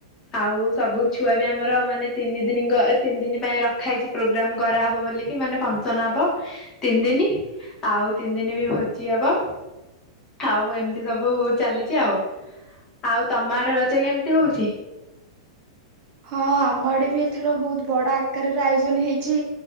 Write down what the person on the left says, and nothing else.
ଆଉ ସବୁ ଛୁଆ ବି ଆମର ମାନେ ତିନି ଦିନି ଗ ତିନି ଦିନ ପାଇଁ ରଖା ହେଇଛି ପ୍ରୋଗ୍ରାମ୍ କରା ହବ ବୋଲିକି ମାନେ ଫଙ୍କସନ୍ ହବ ତିନି ଦିନି ଆଉ ତିନି ଦିନି ବି ଭୋଜି ହବ। ଆଉ ଏମିତି ସବୁ ଚାଲିଛି ଆଉ, ଆଉ ତମ ଆଡେ ରଜ କେମିତି ହଉଛି?